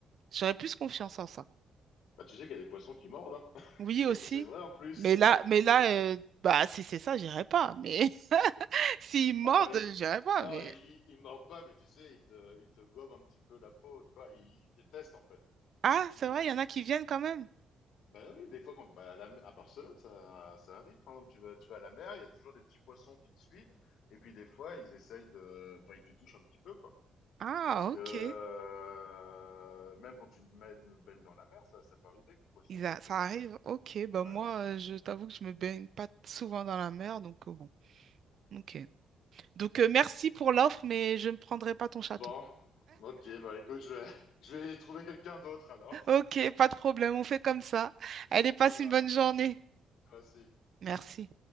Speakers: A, on the right (about 55°); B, on the left (about 75°).
A: j'aurais plus confiance en ça.
B: bah, tu sais qu'il y a des poissons qui mordent, hein. <laughs>
A: Oui,
B: C'est,
A: aussi.
B: c'est vrai, en plus.
A: Mais là, mais là euh, bah, si c'est ça, j'irai pas. Mais <laughs> s'ils mordent,
B: Enfin, il,
A: j'irai
B: il-
A: pas.
B: non,
A: Mais...
B: il, il mord pas, mais tu sais, il te, il te gobe un petit peu la peau, tu vois, il, il te teste en fait.
A: Ah,
B: Il,
A: c'est
B: parce
A: vrai,
B: qu'il
A: il y en
B: s-
A: a
B: il
A: qui
B: s-
A: viennent quand même.
B: bah oui, des fois, quand, bah, à, la- à Barcelone, ça, ça arrive, par exemple, tu vas, tu vas à la mer, il y a toujours des petits poissons qui te suivent, et puis des fois, ils essayent de, enfin, ils te touchent un petit peu, quoi.
A: Ah,
B: Parce que
A: ok.
B: euh, même quand tu te mènes- baignes dans la mer, ça, ça peut arriver que le poisson
A: Ils
B: vienne
A: a- Ça
B: te voir.
A: arrive. Ok, bah
B: Ouais.
A: moi, euh, je t'avoue que je me baigne pas souvent dans la mer, donc euh, bon. Ok. Donc, euh, merci pour l'offre, mais je ne prendrai pas ton chaton.
B: Bon, ok, bah écoute, je vais, <laughs> je vais trouver quelqu'un d'autre alors.
A: Ok, pas de problème, on fait comme ça.
B: <laughs>
A: Allez, passe
B: Ça marche,
A: une bonne journée.
B: merci.
A: Merci.